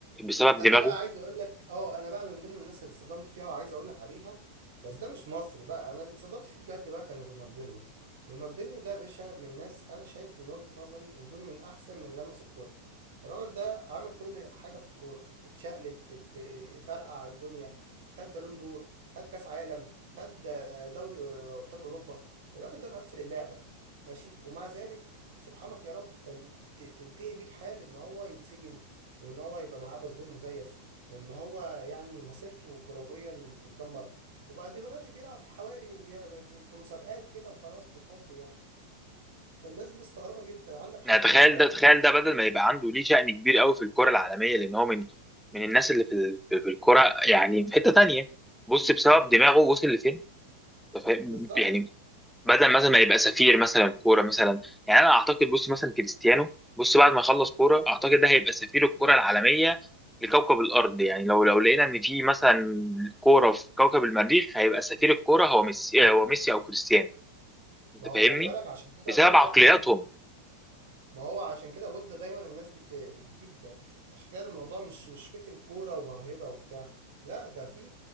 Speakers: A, in the centre; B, on the right (about 55°).
A: بسبب
B: انا
A: دماغه
B: بقى عايز اقول لك اه انا بقى من ضمن الناس اللي اتصدمت فيها وعايز اقول لك عليها بس ده مش مصري بقى انا اللي اتصدمت فيه بجد بقى كان رونالدينيو رونالدينيو ده يا باشا من ناس انا شايف من وجهة نظري ان دول من احسن من لمس الكوره الراجل ده عمل كل حاجه في الكوره اتشقلب ات- فرقع الدنيا خد بالون دور خد كاس عالم خد آه، دوري آه، ابطال اوروبا الراجل ده مقفل اللعبه ماشي ومع ذلك سبحانك يا رب تن- ت- تنتهي بيه الحال ان هو يتسجن وان هو يبقى معاه باسبور مزيف وان هو يعني مسيرته كرويا تتدمر وبقى دلوقتي بيلعب في حواري وبي... في في مسابقات كده وخلاص بالحب يعني فالناس دي مستغربة جدا عندك حد
A: يعني
B: زي
A: تخيل
B: نيمار
A: ده تخيل ده بدل ما يبقى عنده ليه شأن كبير قوي في الكرة العالمية لان هو من من الناس اللي في ال- في الكرة يعني في حتة تانية بص بسبب
B: طبعا
A: دماغه وصل لفين أنت فاهم؟
B: بالظبط
A: يعني بدل مثلا ما يبقى سفير مثلا كوره مثلا يعني انا اعتقد بص مثلا كريستيانو بص بعد ما يخلص كوره اعتقد ده هيبقى سفير الكوره العالميه لكوكب الارض يعني لو لو لقينا ان في مثلا كوره في كوكب المريخ هيبقى سفير الكوره هو ميسي هو ميسي او كريستيانو انت
B: ما
A: فاهمني
B: هو خلي بالك عشان كده
A: بسبب
B: بودة
A: عقلياتهم
B: عشان ما هو عشان كده بودة دايما الناس دي بت- بتجيب عشان كده الموضوع مش مش فكرة كورة وموهبة وبتاع لا ده في